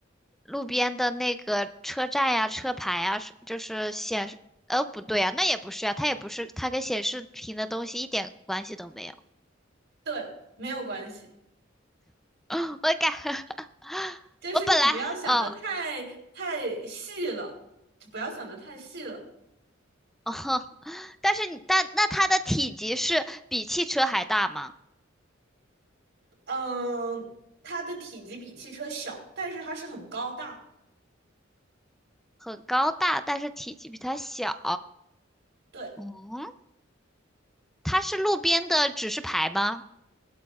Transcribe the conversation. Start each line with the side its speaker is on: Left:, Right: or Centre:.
Centre: 路边的那个车站呀、车牌呀，是就是显示，呃，不对啊，那也不是啊，它也不是，它跟显示屏的东西一点关系都没有。
Right: 对，没有关系，
Centre: <laughs> 我感，<laughs>
Right: 就是你不要想的太太细了，
Centre: 我本来，嗯，
Right: 就不要想的太细了。
Centre: 哦，<laughs> 但是你，但那它的体积是比汽车还大吗？
Right: 嗯，它的体积比汽车小，但是它是很高大。
Centre: 很高大，但是体积比它小。
Right: 对，
Centre: 嗯，它是路边的指示牌吗？